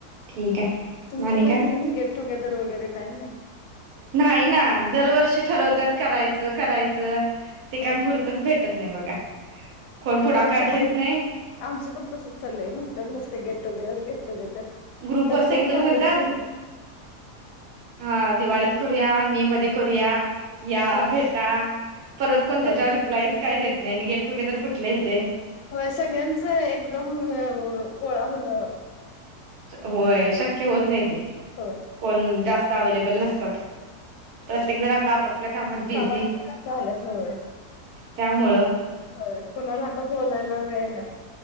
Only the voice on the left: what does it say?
तुमच्या
मैत्रिणी
गेट टुगेदर वगैरे काही नाही.
हा
आमचं पण
आमचं पण तसंच ललंय म्हणतात नसते गेट टुगेदर गट-
त्यात
कोण भागच
घे-
हा.
होय.
होय सगळ्यांच एकदम गोळा होन-
होय.
कामाात झालत होय.
हो कुणाला तर बोलायला वेल-